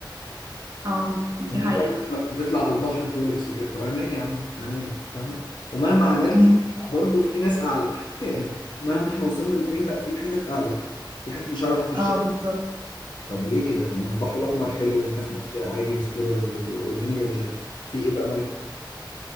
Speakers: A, on the right; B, on the left.
A: اه دي
B: والناس
A: حقيقة
B: بقى بتطلع, بتطلع على البحر برولكس وكده طب انا مالي يا عم انا مالي فاهم ومهما عملتي
A: مم.
B: برضه في ناس اعلى <laughs> يعني مهما احنا وصلنا لفين لا في حتت اعلى في حتت مش عارف اخش
A: اه بالظبط
B: طب ليه كده طب ما البحر الاحمر حلو والناس ماشيه عادي بسليبرز والدنيا جميله في ايه بقى مالكم